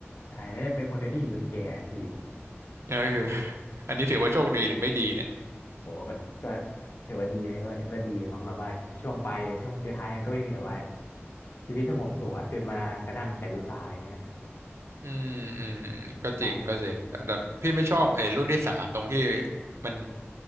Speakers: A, on the left; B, on the right.
A: ใช่แล้วจะเป็นคนเดียวที่อยู่จนแก่พี่
B: <laughs> เออคืออันนี้ถือว่าโชคดีหรือไม่ดีเนี่ย
A: ผมว่าก็ก็ถือว่าดีไหมก็ก็ดีมั้งแบบว่าช่วงไปช่วงสุดท้ายมันก็ไม่มีแบบว่าชีวิตสงบสุขอะจนมากระทั่งแต่อุตสาหะอย่างเงี้ย
B: อืมอืมก็จริงก็จริงแต่แต่พี่ไม่ชอบไอ้รุ่นที่สามตรงที่
A: ใช่
B: มัน